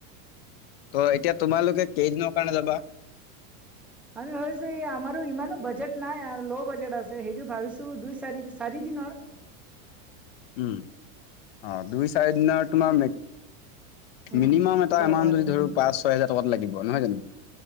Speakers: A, on the left (about 45°); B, in the centre.
A: ত' এতিয়া তোমালোকে কেইদিনৰ কাৰণে যাবা?
B: আমি ভাবিছোঁ এই আমাৰো ইমানো বাজেট নাই আৰু ল' বাজেট আছে সেইটো ভাবিছোঁ দুই চাৰি চাৰি দিনৰ।
A: উম! অ' দুই চাৰি দিনৰ মে
B: উম
A: মিনিমাম এটা
B: হয়
A: এমাউণ্ট
B: হয়
A: যদি
B: উম
A: ধৰ পাঁচ ছয় হাজাৰ টকা লাগিব। নহয় জানোঁ?